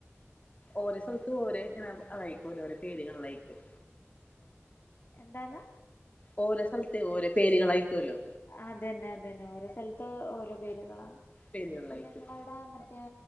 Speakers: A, on the left (about 30°); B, on the left (about 50°).
A: ഓരോ സ്ഥലത്തും ഓരോ ഇങ്ങനെ അതായിക്കൂലേ ഓരോ പേരുകളിലായിക്കൂലോ
B: എന്താന്ന്‌?
A: ഓരോ സ്ഥലത്തെ ഓരോ പേരുകളായ്ക്കൂലോ
B: അതന്നെ അതന്നെ ഓരോ സ്ഥലത്ത് ഓരോ പേരുകളാ.
A: പേരുകളിലായിക്കും
B: പിന്നെ ങ്ങളവ്ട് ഇതാ മറ്റേ